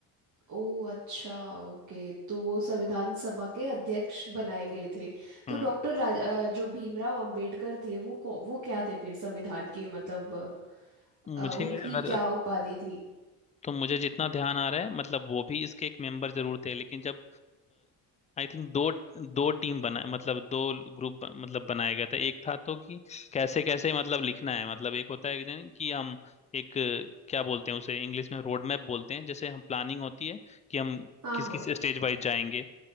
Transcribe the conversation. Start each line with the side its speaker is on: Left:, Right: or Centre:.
Right: ओ अच्छा ओके तो वो संविधान सभा के अध्यक्ष बनाए गए थे
Left: हम्म
Right: तो डॉक्टर राज अ, जो भीमराव अंबेडकर थे वो कौ- वो क्या थे फिर संविधान के मतलब
Left: मुझे
Right: अ, उनकी
Left: अगर
Right: क्या उपाधि थी
Left: तो मुझे जितना ध्यान आ रहा है मतलब वो भी इसके एक मेंबर जरूर थे लेकिन जब आई थिंक दो दो टीम बना मतलब दो ग्रुप मतलब बनाया गया था एक था तो कि कैसे कैसे मतलब लिखना है मतलब एक होता है कि नहीं कि हम एक अ, क्या बोलते हैं उसे इंग्लिश में रोड मैप बोलते हैं जैसे हम प्लानिंग होती है कि हम
Right: हाँ
Left: किस
Right: हाँ
Left: किस स्टेज वाइज जाएंगे